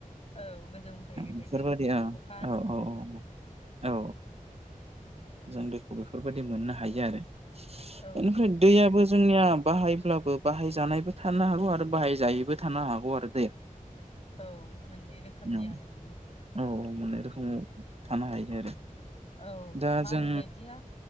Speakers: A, on the left (about 45°); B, on the right (about 45°).
A: औ गोजौनिफ्राय गोलैनायखौनो
B: बेफोरबायदि औ
A: अखा होनो
B: औ
A: नालाय
B: औ औ जों दैखौ बेफोरबायदि मोननो हायो आरो
A: औ
B: बेनिफ्राय दैयाबो जोंनिया बाहायब्लाबो बाहाय जानायबो थानो हागौ आरो बाहाय जायैबो थानो हागौ आरो दैया।
A: औ मोननै रोखोमनि
B: औ
A: आरो माने
B: औ मोननै रोखोमाव थानो हायो आरो
A: औ
B: दा
A: माबे
B: जों
A: बायदिया